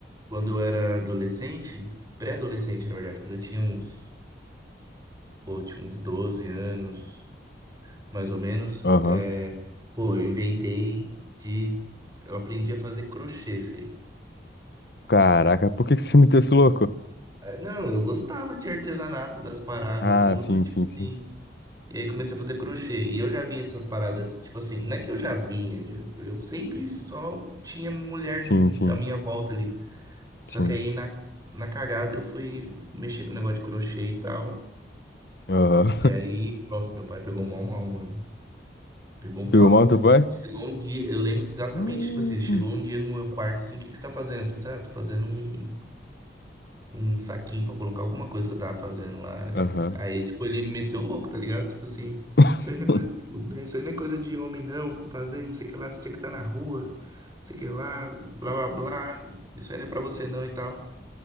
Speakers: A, on the right (about 20°); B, on the left (about 60°).
A: quando eu era adolescente, pré-adolescente, na verdade, quando eu tinha uns, pô, tinha uns 12 anos, mais ou menos,
B: aham.
A: pô, eu inventei de, eu aprendi a fazer crochê, fei.
B: Caraca, por que que você meteu esse louco?
A: Ah, Não, eu gostava de artesanato, das paradas,
B: Ah,
A: tudo,
B: sim,
A: tipo
B: sim,
A: assim.
B: sim.
A: E aí comecei a fazer crochê. E eu já vinha dessas paradas. Tipo assim, não é que eu já vinha. Eu sempre só tinha mulher
B: Sim,
A: no-
B: sim,
A: à minha volta ali. Só
B: sim.
A: que aí na, na cagada eu fui mexer com o negócio de crochê e tal.
B: Aham.
A: E
B: <laughs>
A: aí, pronto, meu pai pegou mal, mal, mano. Pegou mal.
B: Pegou mal
A: Tipo
B: teu pai?
A: assim, chegou um dia. Eu lembro exatamente.
B: Hum.
A: Tipo assim, chegou um dia no meu quarto assim: o que que você tá fazendo? Eu falei assim: ah, tô fazendo um. um saquinho pra colocar alguma coisa que eu tava fazendo lá.
B: Aham.
A: Aí, tipo, ele me meteu louco, tá ligado? Tipo assim,
B: <laughs>
A: isso aí não é coisa de, isso aí não é coisa de homem, não. Fazer não sei o que lá, você tinha que estar na rua, não sei o que lá, blá blá blá. Isso aí não é pra você não e tal.